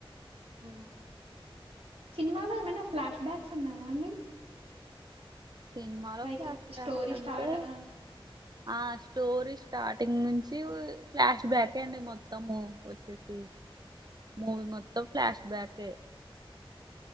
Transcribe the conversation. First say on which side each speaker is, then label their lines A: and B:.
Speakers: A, on the right; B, on the right.
A: హూ సినిమాలో ఏమైనా ఫ్లాష్ బ్యాక్స్ ఉన్నాయా అండి
B: సినిమాలో
A: లైక్
B: ఫ్లాష్ బ్లాక్స్
A: స్టోరీ
B: అంటే
A: స్టార్ట్ ఆ!
B: అ స్టోరీ స్టార్టింగ్ నుంచి ఫ్లాష్ బ్యాకే అండి మొత్తము వచ్చేసి
A: <inaudible>
B: మూవీ మొత్తం ఫ్లాష్ బ్యాకే